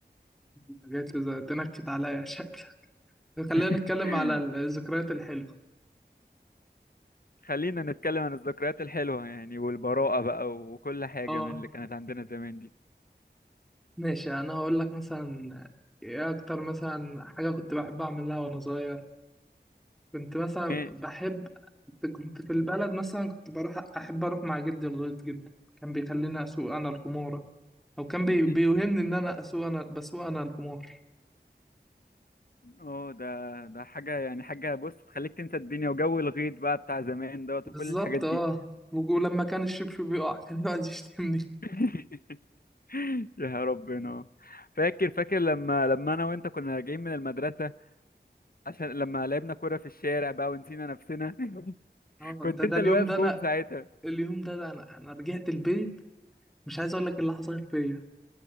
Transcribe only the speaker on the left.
<laughs>
خلينا نتكلم عن الذكريات الحلوة يعني والبراءة بقى وكل حاجة
من اللي كانت عندنا زمان دي
ماشي
<laughs>
اه ده ده حاجة يعني حاجة بص تخليك تنسى الدنيا وجو الغيط بقى بتاع زمان دوت
وكل الحاجات دي
<laughs> يا ربنا فاكر فاكر لما لما انا وانت كنا راجعين من المدرسه عشان لما لعبنا كوره في الشارع بقى ونسينا نفسنا <laughs>
كنت
انت اللي
واقف
جون ساعتها